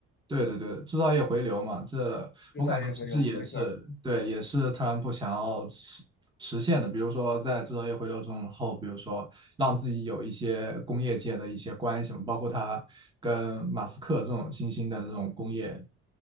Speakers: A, on the right (about 15°); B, on the left (about 40°).
A: 对对对，制造业回流嘛，这我感觉其实也是对，
B: 制造业回流，没错儿，
A: 也是特朗普想要实实现的。比如说，在制造业回流中后，比如说让自己有一些工业界的一些关系嘛，包括他跟马斯克这种新兴的这种工业